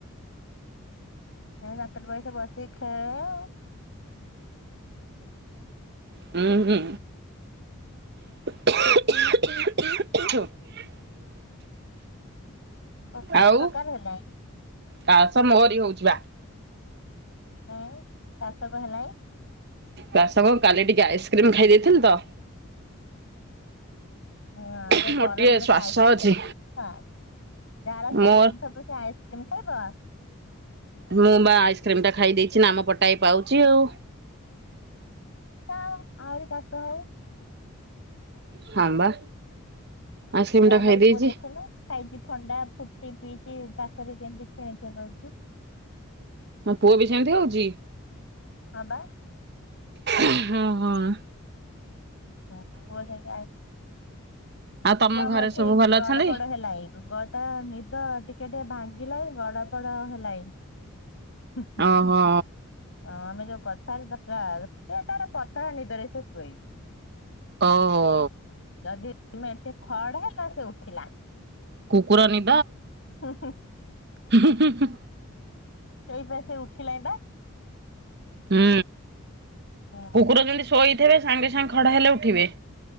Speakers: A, on the left; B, on the right.
A: <unintelligible> ତାଙ୍କରି ପାଖେ ବସିି ଖେଳେ ଆଉ।
B: ହୁଁ ହୁଁ। <unintelligible>
A: ଓ କାଶ
B: ଆଉ
A: କାର ହେଲାଇଁ?
B: କାଶ ମୋରି ହଉଚି ବା।
A: କାଇଁ କାଶ କଁ ହେଲାଇଁ?
B: ବାସଙ୍ଗ କାଲି ଟିକେ ଆଇସ୍କ୍ରିମ ଖାଇ ଦେଇଥିଲି ତ
A: ହଁ ଏ
B: ମୋର
A: ଗରମରେ
B: ଟିକେ ଶ୍ଵାସ
A: କଁ ଆଇସ୍କ୍ରିମ।
B: ଅଛି
A: <unintelligible> ଯାହାର ଶ୍ୱାସ
B: ମୋ
A: ଥବ ସେ ଆଇସ୍ କ୍ରିମ୍ ଖାଇବ।
B: ମୁଁ ବା ଆଇସ୍କ୍ରିମ ଟା ଖାଇ ଦେଇଛି ନାମ ପଟାଏ ପାଉଛି ଆଉ।
A: ଖାଅ ଆହୁରି କାଶ ହଉ।
B: ହଁ ବା। ଆଇସ୍କ୍ରିମ
A: ଏଇ
B: ଟା
A: ଆମର
B: ଖାଇ
A: ଏ
B: ଦେଇଛି
A: ପୁଅ ଦେଖୁନ ଖାଇଛି ଥଣ୍ଡା ଫୁଟି ପିଇଛି କାଶରେ କେମିତି ଖେଁ ଖେଁ ବାଉଚି।
B: ହଁ ପୁଅ ବି ସେମିତି ହଉଚି?
A: ହଁ ବା।
B: ହଁ ହଁ।
A: ପୁଅ ସେମିତି ଆଇ
B: ଆଉ ତମ
A: ପୁଅ ଆମ
B: ଘରେ
A: ଏଠି
B: ସବୁ ଭଲ
A: ଗଡପଡ
B: ଅଛନ୍ତି?
A: ହେଲାଇଁ ଗ ତାର ନିଦ ଟିକେଟିକେ ଭାଙ୍ଗିଲାଇଁ ଗଡପଡ ହେଲାଇଁ। ହୁଁ ହୁଁ ହୁଁ
B: ଓହୋ
A: ହଁ ଆମେ ଯୋଉ କଥା ହେଲେ <unintelligible> ଏତେ ତାର ପତଳା ନିଦରେ ସେ ଶୁଏଇ।
B: ଓହୋ
A: ଯଦି ତୁମେ ଏଠି ଖଡ ହେଲା ସେ ଉଠିଲା
B: କୁକୁର ନି
A: ହୁଁ ହୁଁ।
B: ହୁଁ ହୁଁ ହୁଁ।
A: ହେଇ ପା ସେ ଉଠିଲାଇଁ ବା।
B: ହୁଁ
A: ହଁ
B: କୁକୁର ଯେମିତି ଶୋଇଥିବେ ସାଙ୍ଗେ ସାଙ୍ଗେ ଖଡ ହେଲେ ଉଠିବେ